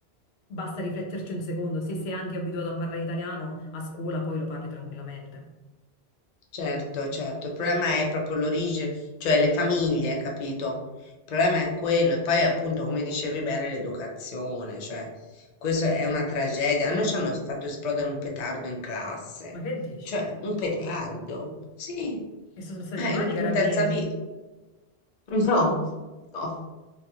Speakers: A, on the left; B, on the left.
A: basta rifletterci un secondo, se sei anche abituato a parlare italiano a scuola, poi lo parli tranquillamente.
B: Certo, certo, il problema è proprio l'origine, cioè le famiglie, capito? Il problema è quello e poi appunto, come dicevi bene, l'educazione, cioè questa è una tragedia. A noi ci hanno fatto esplodere un petardo in classe,
A: Ma che dici?
B: cioè un petardo, sì,
A: E sono stati
B: Eh,
A: chiamati
B: in,
A: i carabinieri?
B: in terza B. No, no.